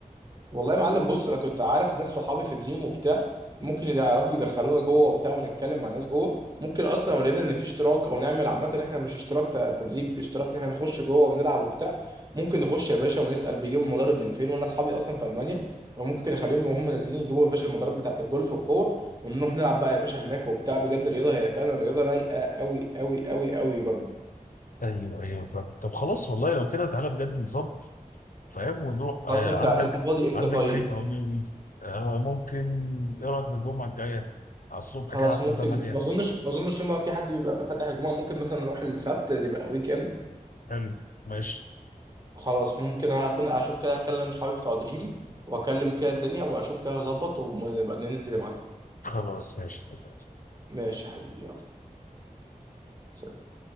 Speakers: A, on the right (about 30°); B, on the left (about 70°).
A: والله يا معلم بص انا كنت عارف ناس صحابي في دريم وبتاع ممكن يعرفوا يدخلونا جوه وبتاع ونتكلم مع ناس جوه ممكن اصلا لو لقينا ان في اشتراك او نعمل عامه إن احنا مش اشتراك ت- تدريب اشتراك ان احنا نخش جوه ونلعب وبتاع ممكن نخش يا باشا ونسال بيجيبوا المضارب من فين وانا اصحابي اصلا في المانيا فممكن نخليهم وهم نازلين يجيبوا يا باشا المضارب بتاعت الجولف والكور ونروح نلعب بقى يا باشا هناك وبتاع بجد الرياضه هي فعلا الرياضه رايقه قوي قوي قوي قوي برضه
B: ايوه ايوه فاهم طب خلاص والله لو كده تعالى بجد نظبط فاهم ونروح آه،
A: خلاص انت
B: عندك
A: انت فاضي امتى
B: عندك
A: طيب
B: دريم او نيو ويزا آه ممكن ايه رايك في الجمعه الجايه على الصبح
A: خلاص
B: كده على الساعه
A: ممكن
B: 8
A: ما اظنش ما اظنش لما في حد بيبقى فاتح الجمعه ممكن مثلا نروح السبت يبقى ويك اند
B: حلو ماشي
A: خلاص ممكن انا هكون اشوف كده اكلم صحابي بتوع دريم واكلم كده الدنيا واشوف كده هظبط ونبقى ننزل يا معلم
B: خلاص ماشي اتفقنا
A: ماشي يا حبيبي يلا سلام.